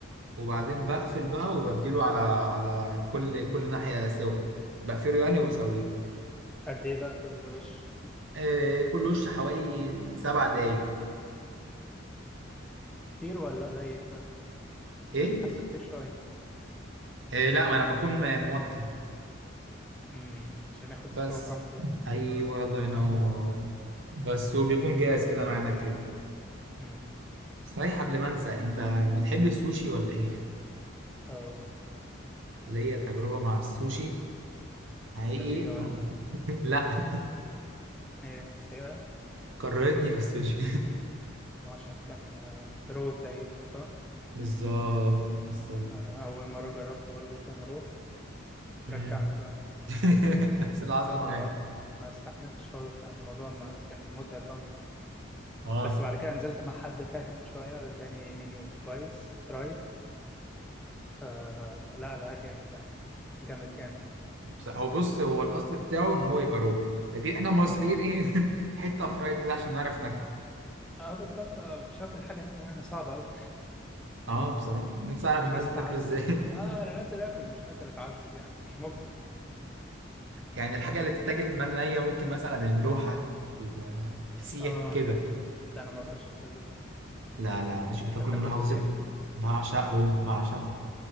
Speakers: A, on the right; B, in the centre.
A: وبعدين بقفل بقى وبديله على على كل كل ناحية سوا بقفله يعني وبسويه
B: قد ايه بقى كل وش
A: آه كل وش حوالي سبع دقايق
B: كتير ولا قليل طيب
A: ايه؟
B: حاسه كتير شويه
A: آه لا ما انا بكون م- موطي
B: مم. عشان ياخد
A: بس
B: سوا براحته يعني
A: ايوه الله ينور بس وبيكون جاهز كده معانا الكريب
B: مم.
A: صحيح قبل ما انسى انت بتحب السوشي ولا ايه؟
B: اه
A: ليا تجربة مع السوشي حقيقي
B: لذيذه
A: <laughs>
B: ولا
A: لا
B: ايه سيئه
A: كرهتني في السوشي
B: ما عشان كان آه، رو تلاقيه صح
A: <laughs> بالظبط بالظبط
B: انا اول مره جربته برضه كان رو
A: مم.
B: رجعته يعني
A: <laughs> نفس اللي حصل
B: انا مش
A: معايا
B: بقى ما استحملتش خالص يعني الموضوع ما كان متعب أوي
A: اه
B: بس بعد كده نزلت مع حد فاهم شوية اداني منيو كويس فرايد فلا لا لا، جامد يعني جامد جامد
A: بس- هو بص هو الاصل بتاعه ان هو يبقى رو لكن احنا المصريين
B: امم
A: ايه <laughs> حته فرايد كده عشان نعرف ناكله
B: اه بالظبط آه، مش هاكل حاجة نية يعني صعبة أوي
A: اه بصراحه نفسي اعرف
B: مش
A: الناس
B: عايز أتعذب
A: بتاكله ازاي <laughs>
B: اه أنا نازل آكل مش نازل أتعذب يعني مش مجبر
A: يعني الحاجه اللي بتتاكل من نيه ممكن مثلا الملوحه الفسيخ
B: اه
A: كده
B: لا أنا ما أقدرش أكلهم
A: لا لا مش بتاكل
B: أنت بتاكل
A: من حافظك
B: فسيخ؟
A: بعشقهم بعشقهم